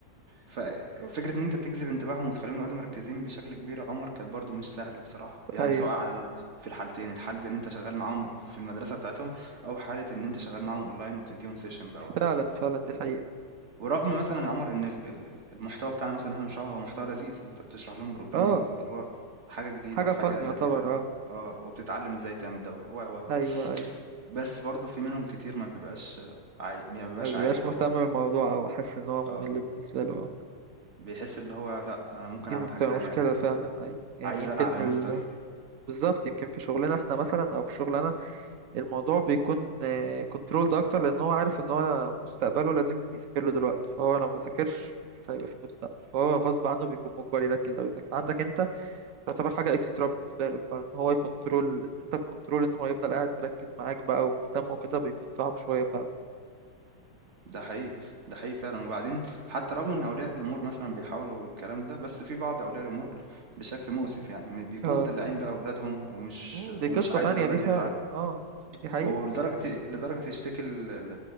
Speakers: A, on the right; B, on the right.
A: ففكرة ان انت تجذب انتباههم وتخليهم يقعدوا مركزين بشكل كبير يا عمر كانت برضو مش سهلة بصراحة يعني
B: أيوه
A: سواء على ال... في الحالتين الحالة ان انت شغال معاهم في المدرسة بتاعتهم او حالة ان انت شغال معاهم اونلاين وبتديهم سيشن بقى وهكذا
B: فعلا فعلا دي حقيقة
A: ورغم مثلا يا عمر ان ال- ال- ال- المحتوى بتاعنا مثلا احنا بنشرحه هو محتوى لذيذ انت بتشرح لهم بروجرامنج
B: اه
A: اللي هو حاجة جديدة
B: حاجة
A: وحاجة
B: فن يعتبر
A: لذيذة
B: اه
A: اه وبتتعلم ازاي تعمل ده و و و
B: ايوه ايوه
A: بس برضه في منهم كتير ما بيبقاش عاي... ما بيبقاش
B: ما بيبقاش
A: عايز
B: مهتم
A: او
B: بالموضوع
A: ب...
B: او حاسس ان هو ممل
A: اه
B: بالنسبة له اه
A: بيحس اللي هو لا انا ممكن
B: دي
A: اعمل
B: بتبقى
A: حاجة تانية
B: مشكلة فعلا ايوه يعني
A: عايز
B: يمكن
A: العب يا
B: ال...
A: مستر
B: بالظبط يمكن في شغلنا احنا مثلا او في شغلنا الموضوع بيكون كنترولد اكتر لان هو عارف ان هو مستقبله لازم يذاكر له دلوقتي فهو لو ما ذاكرش مش هيبقى في مستقبل فهو غصب عنه بيكون مجبر يركز او يذاكر عندك انت تعتبر حاجة اكسترا بالنسبة له فان هو يكنترول ان انت تكنترول ان هو يفضل قاعد مركز معاك بقى ومهتم وكده بيكون صعب شوية فعلا
A: ده حقيقي ده حقيقي فعلا وبعدين حتى رغم ان اولياء الامور مثلا بيحاولوا الكلام ده بس في بعض اولياء الامور بشكل مؤسف يعني بيكونوا
B: اه
A: مدلعين بقى اولادهم ومش
B: مم، دي
A: ومش
B: قصة
A: عايز
B: تانية
A: الولد
B: دي فعلا
A: يزعل
B: اه دي حقيقة
A: ولدرجة إيه؟ لدرجة يشتكي ال- ال-